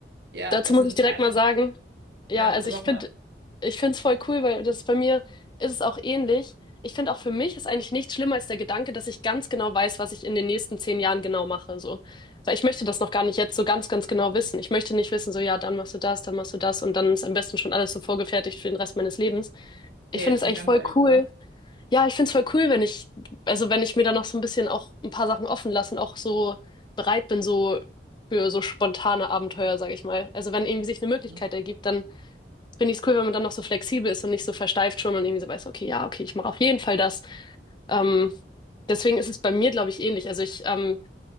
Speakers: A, on the right; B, on the left.
A: ja,
B: Dazu
A: was
B: muss
A: sind
B: ich
A: denn
B: direkt
A: deine?
B: mal sagen, ja,
A: Ja,
B: also
A: sag
B: ich finde,
A: mal.
B: ich finde es voll cool, weil das bei mir ist es auch ähnlich. Ich finde auch für mich ist eigentlich nichts schlimmer als der Gedanke, dass ich ganz genau weiß, was ich in den nächsten zehn Jahren genau mache, so. Weil ich möchte das noch gar nicht jetzt so ganz, ganz genau wissen. Ich möchte nicht wissen, so, ja, dann machst du das, dann machst du das und dann ist am besten schon alles so vorgefertigt für den Rest meines Lebens. Ich
A: Ja, jetzt
B: finde es
A: ziemlich
B: eigentlich
A: langweilig,
B: voll cool,
A: oder?
B: ja, ich find's voll cool, wenn ich, also wenn ich mir da noch so ein bisschen auch ein paar Sachen offen lasse und auch so bereit bin, so für so spontane Abenteuer, sag ich mal. Also wenn irgendwie sich eine Möglichkeit
A: Mhm.
B: ergibt, dann find ich's cool, wenn man dann noch so flexibel ist und nicht so versteift schon und irgendwie so weiß, okay, ja, okay, ich mache auf jeden Fall das. Ähm, deswegen ist es bei mir, glaube ich, ähnlich. Also ich ähm,